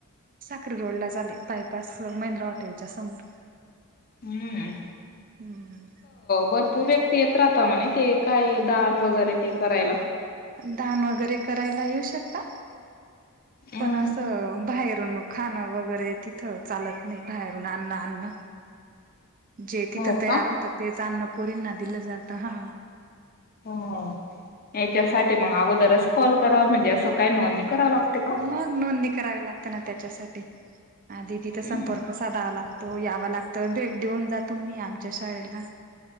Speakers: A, on the right; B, on the left.
A: साकरी रोड ला झाले बायपास महिंद्रा हॉटेलच्या समोर
B: हम्म
A: हम्म
B: भरपूर व्यक्ती येत राहता म्हणे ते काय दान वगैरे ते करायला
A: दान वगैरे करायला येऊ शकता
B: हम्म
A: पण असं बाहेरून नक खाणं वगैरे तिथं चालत नाही बाहेरून अन्न अन्न जे तिथं
B: हो
A: तयार
B: का
A: होतं तेच अन्नपोरींना दिलं जातं हा
B: हो याच्यासाठी मग अगोदरच कॉल करा म्हणजे असं काही नोंदणी कराव लागते का?
A: मग नोंदणी करावी लागतं ना त्याच्यासाठी आधी तिथ
B: हम्म.
A: संपर्क साधावा लागतो यावं लागतं भेट देऊन जातो्ही आमच्या शाळेला